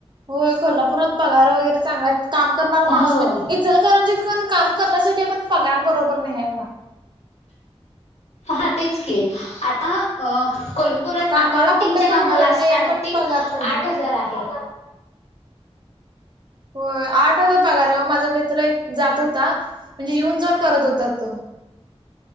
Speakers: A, on the right (about 45°); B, on the left (about 90°).
A: होय कोल्हापूरात पगार वगैरे चांगला आहेत काम करणारा माणूस
B: हो
A: पाहिजे‌. इंचलकरंजीत पण काम करण्यासाठी आपण पगार बरोबर नाही आहे बघा.
B: हां तेच की आता कोल्हा परत
A: कामाला
B: अकाउंटिंगच्या
A: कुठं पण
B: कामाला
A: मरण नाही
B: स्टार्टिंग
A: आहे, पण पगार पाहिजे.
B: आठ हजार आहे.
A: होय आठ हजार पगार आहे ओ माझा मित्र एक जात होता म्हणजे येऊन जाऊन करत होता तो.